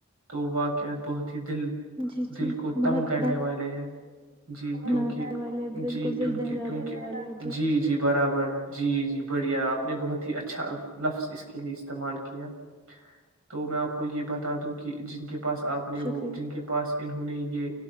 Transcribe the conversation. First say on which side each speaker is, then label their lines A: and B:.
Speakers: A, on the right; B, on the right.
A: تو واقعات بہت دل
B: جی جی
A: دل کو
B: بہت
A: تنگ کرنے والے ہیں جی
B: دردناک
A: کیونکہ
B: ہے والے بالکل
A: جی
B: دل
A: کیونکہ
B: دہلا
A: کیونکہ
B: دینے والے ہیں۔
A: جی جی برابر ہے جی جی بڑھیا آپ نے بہت ہی اچھا لفظ اس کے لیے استعمال کیا تو میں آپ کو یہ بتا دوں کہ جن کے پاس آپ نے
B: شکریہ
A: وہ جن کے پاس انہوں نے یہ